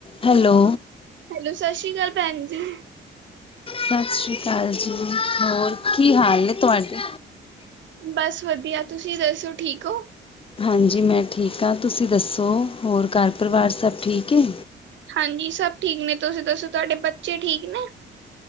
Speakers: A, on the left; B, on the right.
A: Hello
B: hello ਸਸ ਸ੍ਰੀ ਕਾਲ ਭੈਣ ਜੀ।
A: ਸਸ ਸ੍ਰੀ ਕਾਲ ਜੀ ਹੋਰ ਕੀ ਹਾਲ ਨੇ ਤੁਹਾਡੇ।
B: ਬਸ ਵਧੀਆ ਤੁਸੀਂ ਦੱਸੋ ਠੀਕ ਹੋ?
A: ਹਾਂਜੀ ਮੈਂ ਠੀਕ ਹਾਂ ਤੁਸੀਂ ਦੱਸੋ ਹੋਰ ਘਰ ਪਰਿਵਾਰ ਸਭ ਠੀਕ ਹੈ?
B: ਹਾਂਜੀ ਸਭ ਠੀਕ ਨੇ ਤੁਸੀਂ ਦੱਸੋ ਤੁਹਾਡੇ ਬੱਚੇ ਠੀਕ ਨੇ?